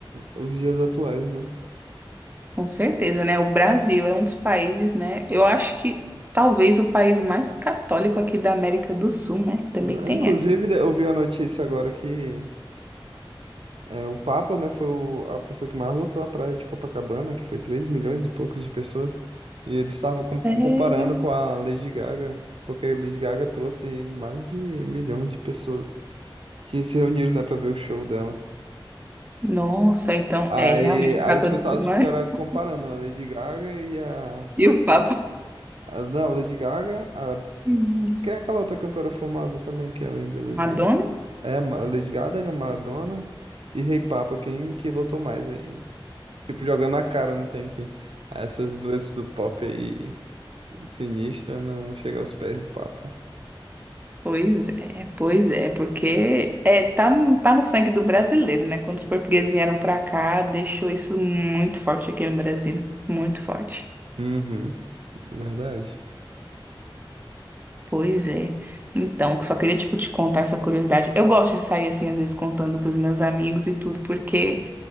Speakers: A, on the right; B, on the right.
A: os dias atuais, né?
B: Com certeza, né? O Brasil é um dos países, né? Eu acho que talvez o país mais católico aqui da América do Sul, né? Também
A: Aham.
B: tem
A: Inclusive,
B: essa.
A: de- eu vi a notícia agora que é, o Papa, né, foi o- a pessoa que mais lotou a praia de Copacabana, que foi 3 milhões e poucos de pessoas, e eles estavam com- comparando
B: Sério?
A: com a Lady Gaga, porque a Lady Gaga trouxe mais de um milhão de pessoas que se reuniram, né, pra ver o show dela.
B: Nossa, então
A: Aí,
B: é realmente
A: aí
B: o catolicismo
A: os pessoas ficaram
B: é-
A: comparando
B: <laughs>
A: a Lady Gaga e a,
B: e o Papa.
A: a- não, a Lady Gaga, a,
B: Uhum.
A: quem é aquela outra cantora famosa também que é além da Lady
B: Madonna?
A: Gaga? É, a Ma- Lady Gaga, Madonna e Rei Papa, quem que lotou mais aí? Tipo, jogando a cara, não tem quem. Essas duas do pop aí, si- sinistra, não chega aos pés do Papa.
B: Pois é, pois é, porque é, tá, tá no sangue do brasileiro, né? Quando os portugueses vieram pra cá, deixou isso muito forte aqui no Brasil, muito forte.
A: Uhum, verdade.
B: Pois é. Então, só queria, tipo, te contar essa curiosidade. Eu gosto de sair, assim, às vezes contando pros meus amigos e tudo, porque